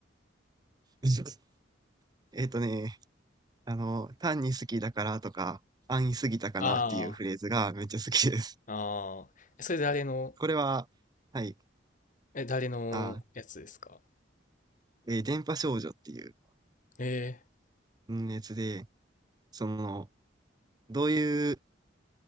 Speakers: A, on the right; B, on the left.
A: <laughs> えっとね、あの、単に好きだからとか、安易すぎたかなっていうフレーズがめっちゃ好きです。
B: ああ、ああ。それ誰の、
A: これは、はい、
B: え、誰のやつですか
A: あ、えー電波少女っていう
B: ええ
A: うんやつで、その、どういう